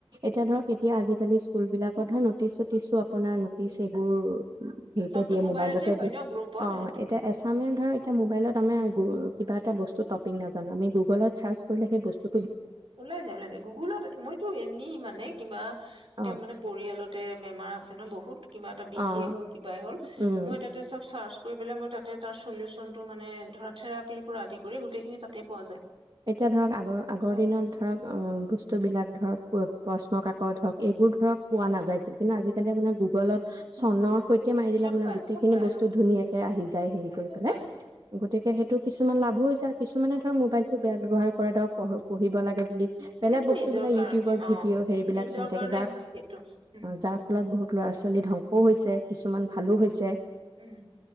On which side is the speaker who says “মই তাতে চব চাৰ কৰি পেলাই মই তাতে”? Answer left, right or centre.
Right